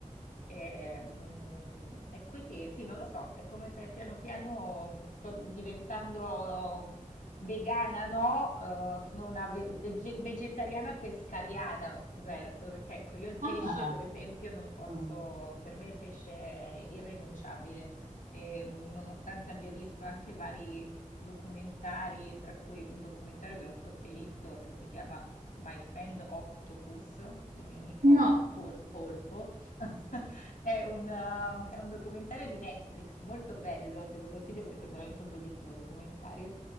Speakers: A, on the left; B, on the right.
A: E, mm, e quindi sì, non lo so, è come se piano piano sto diventando vegana, no? Eh, sono una ve- vege- vegetariana pescariana, ho scoperto, perché ecco, io il pesce,
B: Ah,
A: per esempio, non posso,
B: mm.
A: per me il pesce è irrinunciabile, E, mm, nonostante abbia visto anche vari documentari, tra cui un documentario che non so se hai visto, che si chiama My Friend Octopus, il mio amico
B: no,
A: pol- polpo <laughs> È un, ehm, è un documentario di Netflix molto bello, te lo consiglio perché è veramente un bellissimo documentario,